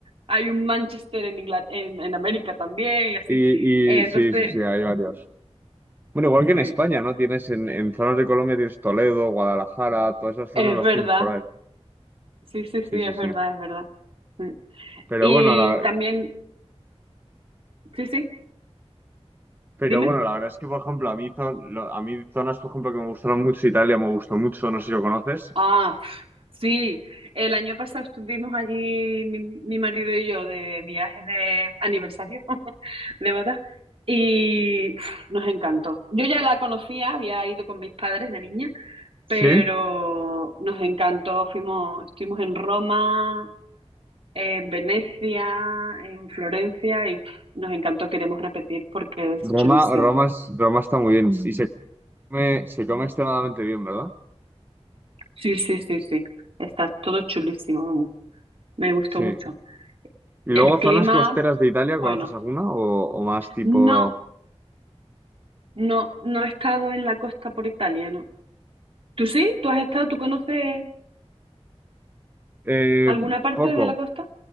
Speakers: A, on the right; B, on the right.
A: Hay un Manchester en, Ingla- en, en América también, y así.
B: Y,
A: Eh,
B: y
A: entonces,
B: sí, sí,
A: eh,
B: sí, hay varios.
A: mm,
B: Bueno, igual que en
A: sí,
B: España, ¿no? Tienes en, en zonas de Colombia tienes Toledo, Guadalajara, todas esas zonas
A: es
B: las
A: verdad.
B: tienes por ahí.
A: Sí, sí, sí,
B: Sí, sí,
A: es
B: sí.
A: verdad, es verdad. Mm.
B: Pero
A: Y
B: bueno, la,
A: también, sí, sí,
B: pero
A: dime.
B: bueno, la verdad es que, por ejemplo, a mí, zo- lo- a mí zonas, por ejemplo, que me gustaron mucho, Italia me gustó mucho, no sé si lo conoces.
A: Ah, sí, el año pasado estuvimos allí, mi, mi marido y yo, de viaje de aniversario <laughs> de boda, y pf, nos encantó. Yo ya la conocía, había ido con mis padres de niña.
B: Sí.
A: pero nos encantó. Fuimos, estuvimos en Roma, en Venecia, en Florencia y pf, nos encantó. Queremos repetir porque es
B: Roma,
A: chulísimo.
B: Roma, es- Roma está muy bien y se come, se come extremadamente bien, ¿verdad?
A: Sí, sí, sí, sí. Está todo chulísimo, vamos. Me gustó
B: Sí.
A: mucho.
B: ¿Y
A: El
B: luego
A: clima,
B: zonas costeras de Italia,
A: bueno,
B: conoces alguna o, o más tipo...
A: no, no, no he estado en la costa por Italia, ¿no? ¿Tú sí? ¿Tú has estado? ¿Tú conoces
B: Eh,
A: alguna parte
B: poco.
A: de la costa?